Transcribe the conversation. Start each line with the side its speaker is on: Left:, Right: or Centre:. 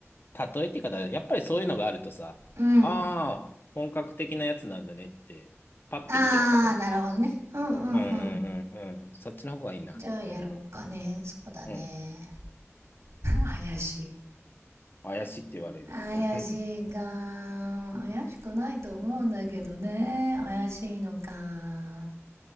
Left: たとえって言い方、やっぱりそういうのがあるとさ、
Right: うん。
Left: ああ、本格的なやつなんだねって、パッて見てわかるじ
Right: あー、なるほどね。うんうんうん。
Left: ゃん。うんうんうんうん。そっちの方がいいな。
Right: じゃあやろうかね。
Left: うん。
Right: そうだね。
Left: うん。
Right: <laughs> 怪しい。
Left: 怪しいって言われる。
Right: 怪しいか。
Left: うん
Right: 怪しくないと思うんだけどね。怪しいのか。